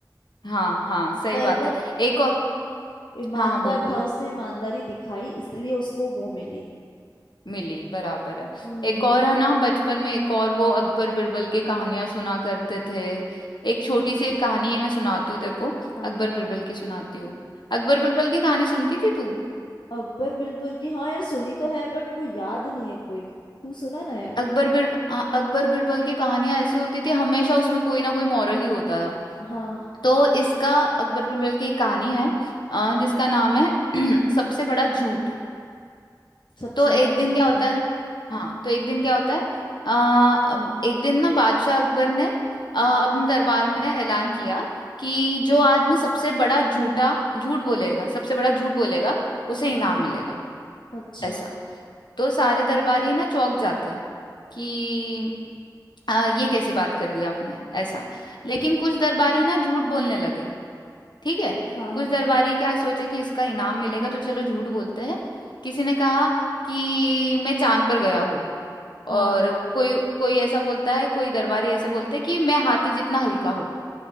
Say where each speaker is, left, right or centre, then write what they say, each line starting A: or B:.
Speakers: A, on the left; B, on the left.
A: हाँ हाँ सही
B: पर
A: बात
B: वो
A: है एक और
B: ईमानदार
A: हाँ हाँ बोल बोलो
B: था उसने ईमानदारी दिखाई इसलिए उसको वो मिली
A: मिली बराबर है
B: हम्म
A: एक और है ना बचपन में एक और वो अकबर बिरबल की कहानियां सुना करते थे एक छोटी सी एक कहानी है मैं सुनाती हूँ तेरे को
B: हाँ
A: अकबर
B: हाँ
A: बिरबल की सुनाती हूँ अकबर बिरबल की कहानी सुनती थी तू
B: अकबर बिरबल की हाँ यार सुनी तो है बट मेरे को याद नहीं है कोई तू सुना ना यार
A: अकबर बिर हाँ, अकबर बिरबल की कहानियां ऐसी होती थी हमेशा उसमें कोई ना कोई मॉरल ही होता था
B: हाँ
A: तो इसका अकबर बिरबल की एक कहानी है अ, जिसका नाम है <clears throat> सबसे बड़ा झूठ
B: सबसे
A: तो एक
B: बड़ा
A: दिन
B: झूठा
A: क्या होता है हाँ तो एक दिन क्या होता है आ, एक दिन ना बादशाह अकबर ने आ,
B: हम्म,
A: अपने दरबार में ऐलान किया कि जो आदमी सबसे बड़ा झूठा झूठ बोलेगा सबसे बड़ा झूठ बोलेगा उसे
B: हाँ
A: इनाम
B: हाँ
A: मिलेगा
B: अच्छा
A: ऐसा तो सारे दरबारी ना चौंक जाते हैं कि आ, ये कैसी बात कर दी आपने ऐसा लेकिन कुछ दरबारी ना झूठ बोलने लगे ठीक है
B: हाँ
A: कुछ
B: हाँ
A: दरबारी क्या सोचे कि इसका इनाम मिलेगा तो चलो झूठ बोलते हैं किसी ने कहा कि मैं चांद पर गया हूँ
B: हाँ
A: और कोई कोई ऐसा बोलता है कोई दरबारी ऐसे बोलते हैं कि मैं हाथी जितना हल्का हूँ